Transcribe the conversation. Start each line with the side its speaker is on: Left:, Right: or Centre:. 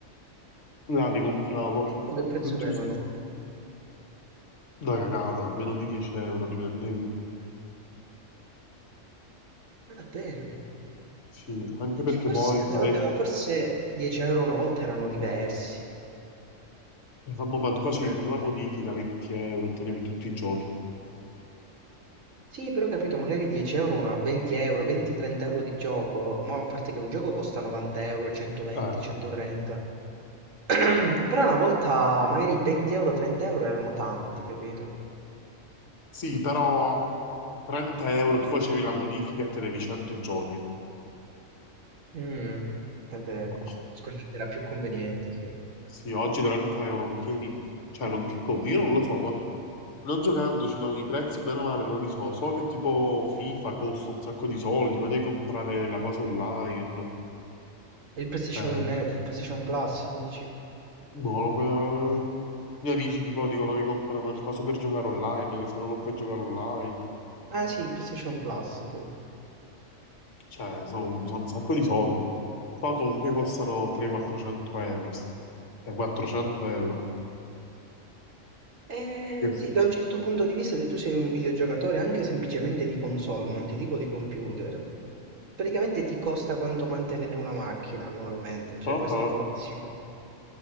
Left: Là li compravo.
Right: E dico che prezzo
Left: Tutti
Right: avevano?
Left: us- Una cagata, meno di 10 euro li prendevi.
Right: Ma davvero?
Left: Sì, anche perché
Right: Che forse,
Left: poi pare...
Right: ma vabbè, ma forse 10 euro una volta erano diversi.
Left: a momento facevi
Right: Oppure-
Left: pure la modifica, 20 euro, ottenevi tutti i giochi.
Right: Sì, però ho capito, magari 10 euro, una, 20 euro, 20-30 euro di gioco. Ma a parte che un gioco costa 90 euro, 120,
Left: Eh,
Right: 130. <clears throat> Però una volta magari 20 euro, 30 euro erano tanti, capito?
Left: sì, però 30 euro tu facevi la modifica e tenevi 100 giochi.
Right: Mm, è vero.
Left: Oh,
Right: Sicuramente era più conveniente, sì.
Left: sì, oggi 30 euro non tieni... Cioè, non che conto, io non lo so, ma non giocandoci no, i prezzi, bene o male, non li so. So che tipo FIFA costa un sacco di soldi, ma devi comprare la cosa online.
Right: Il PlayStation,
Left: Cioè,
Right: eh, il PlayStation Plus, dici?
Left: boh, eh, i miei amici tipo dicono che comprano il coso per giocare online, che se no non puoi giocare online.
Right: Ah sì, il PlayStation Plus, sì.
Left: Cioè, sono un sacco di soldi. Poi comunque costano 300-400 euro. st- cioè, 400 euro.
Right: Eh,
Left: Che-
Right: sì, da un certo punto di vista, se tu sei un videogiocatore anche semplicemente di console, non ti dico di computer, praticamente ti costa quanto mantenere una macchina annualmente, cioè
Left: Ah,
Right: questa
Left: ah.
Right: tua passione.